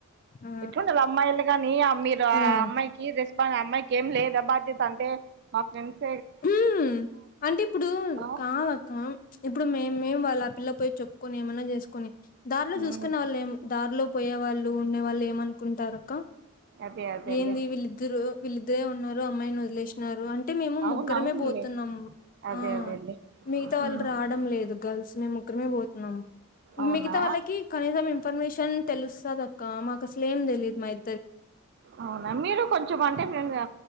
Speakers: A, on the left (about 40°); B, on the right (about 50°).
A: ఆ
B: ఎట్ండాల అమ్మాయిలు కాని మీరు
A: కదా
B: ఆ అమ్మాయికి రెస్ బా అమ్మాయికి ఏం లేద బాధ్యత అంటే మా ఫ్రెండ్స్
A: ఉ అంటే ఇప్పుడు
B: ఆ
A: కాదక్క ఇప్పుడు మే మేము వాళ్ళ ఆ పిల్ల పోయి చెప్పుకొని ఏమన్నా చేసుకోని దారిలో
B: ఉమ్
A: చూసుకునే వాళ్ళు ఏం దారిలో పోయే వాళ్ళు ఉండే వాళ్ళు ఏమనుకుంటారూ అక్క
B: అదే అదేలే
A: ఏంది వీళ్ళిద్దరు వీలుద్దరే ఉన్నారు అమ్మాయిని వదిలేసినారు అంటే మేము
B: అవును
A: ముగు ముక్కరమే
B: అవునులే
A: పోతున్నాం
B: అదే
A: ఆ
B: అదేలే
A: మిగతా వాళ్ళు
B: ఉమ్
A: రావడం లేదు గర్ల్స్ మేము ముక్కరమే పోతు నం
B: అవునా
A: మిగతా వాళ్ళకి కనీసం ఇన్ఫర్మేషన్ తెలుస్తా అక్క మాకు అస క్లేమ్ దెలీదు మా ఇ
B: అవునా, మీరు కొంచెం అంటే ఫ్రెండ్ గా